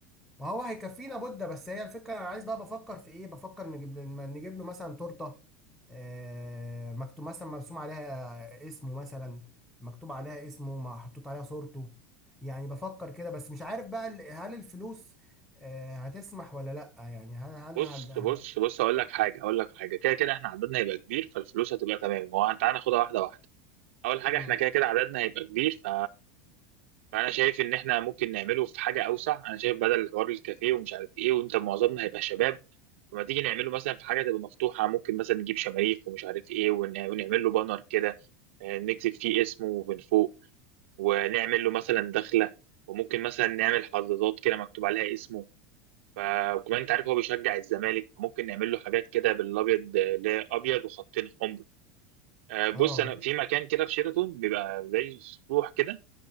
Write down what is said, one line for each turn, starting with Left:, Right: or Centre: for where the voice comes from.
Centre: ما هو هيكفينا بودة بس هي الفكرة انا عايز بقى بفكر في ايه بفكر نجيب نجيب له مثلا تورتة آه مكتوب مثلا مرسوم عليها اسمه مثلا مكتوب عليها اسمه ما حطوط عليها صورته يعني بفكر كده بس مش عارف بقى ال- هل الفلوس آه، هتسمح ولا لا يعني هل
Right: بص
Centre: هل هل
Right: بص بص هقول لك حاجه هقول لك حاجه كده كده احنا عددنا هيبقى كبير فالفلوس هتبقى تمام هو تعالى ناخدها واحده واحده اول حاجه
Centre: مم.
Right: احنا كده كده عددنا هيبقى كبير ف فانا شايف ان احنا ممكن نعمله في حاجه اوسع انا شايف بدل حوار الكافيه ومش عارف ايه وانت معظمنا هيبقى شباب لما تيجي نعمله مثلا في حاجه تبقى مفتوحه ممكن مثلا نجيب شماريخ ومش عارف ايه ون- ونعمل له بانر كده آه، نكتب فيه اسمه من فوق ونعمل له مثلا دخله وممكن مثلا نعمل حظاظات كده مكتوب عليها اسمه ف- وكمان انت عارف هو بيشجع الزمالك فممكن نعمل له حاجات كده بالابيض آه، اللي هي ابيض وخطين حمر آه، بص
Centre: اه
Right: انا في مكان كده في شيراتون بيبقى زي سطوح كده